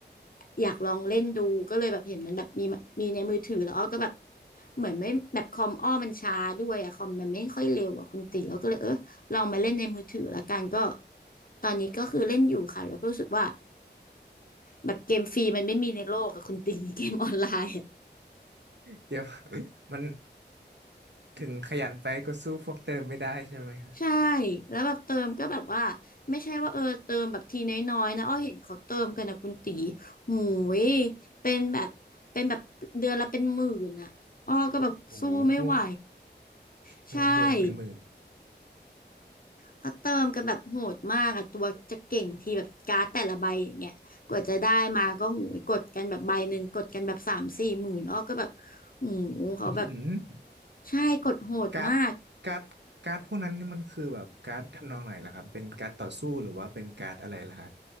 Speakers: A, on the left; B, on the right.
A: อยากลองเล่นดูก็เลยแบบเห็นมันแบบมีมีในมือถือแล้วอ้อก็แบบเหมือนไม่แบบคอมอ้อมันช้าด้วยอะคอมมันไม่ค่อยเร็วอะคุณตีอ้อก็เลยเออ ลองมาเล่นในมือถือละกันก็ตอนนี้ก็คือเล่นอยู่ค่ะแล้วก็รู้สึกว่าแบบเกมฟรีมันไม่มีในโลกกับคุณตี <laughs> เกมออนไลน์อะ
B: เดี๋ยว <laughs> มันถึงขยันไปก็สู้พวกเติมไม่ได้ใช่ไหมฮะ
A: ใช่แล้วแบบเติมก็แบบว่าไม่ใช่ว่าเออเติมแบบทีน้อยๆนะอ้อเห็นเขาเติมกันนะคุณตีหูยเป็นแบบเป็นแบบเดือนละเป็นหมื่นอ่ะอ้อก็แบบสู้ไม่ไหว
B: โอ้โหพวก
A: ใช่
B: โอ้โหเดือนเป็นหมื่น
A: เขาเติมกันแบบโหดมากอะตัวจะเก่งทีแบบการ์ดแต่ละใบอย่างเงี้ยกว่าจะได้มาก็หูยกดกันแบบใบหนึ่งกดกันแบบสามสี่หมื่นอ้อก็แบบหูเขาแบบ
B: <laughs> อืม
A: ใช่กดโหดมาก
B: การ์ดการ์ดการ์ดพวกนั้นนี่มันคือแบบการ์ดทำนองไหนล่ะครับเป็นการ์ดต่อสู้หรือว่าเป็นการ์ดอะไรล่ะฮะ